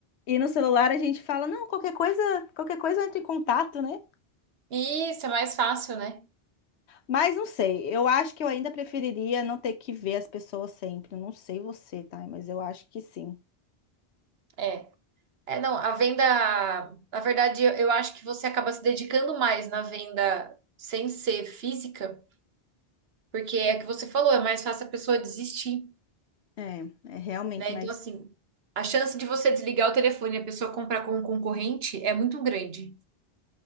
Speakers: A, on the left (about 90°); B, on the right (about 70°).
A: e no celular a gente fala, não, qualquer coisa, qualquer coisa entra em contato, né?
B: E Isso é mais fácil, né?
A: Mas não sei, eu acho que eu ainda preferiria não ter que ver as pessoas sempre. Eu Não sei você, tá? Mas eu acho que sim.
B: É. É, não, a venda, na verdade, eu, eu acho que você acaba se dedicando mais na venda sem ser física, porque é o que você falou, é mais fácil a pessoa desistir,
A: É, é realmente,
B: né?
A: mas.
B: Então, assim, a chance de você desligar o telefone e a pessoa comprar com um concorrente é muito grande.